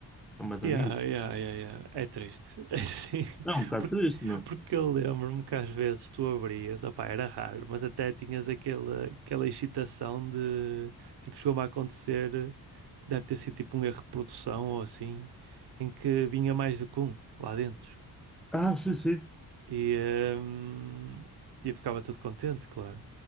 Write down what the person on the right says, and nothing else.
Yeah,
yeah, yeah, yeah. É triste. <laughs> É assim,
porque,
porque eu lembro-me que às vezes tu abrias, opá, era raro, mas até tinhas aquela, aquela excitação de, tipo, chegou-me a acontecer, deve ter sido tipo um erro de produção ou assim, em que vinha mais do que um lá dentro.
E, hum, e eu ficava todo contente, claro.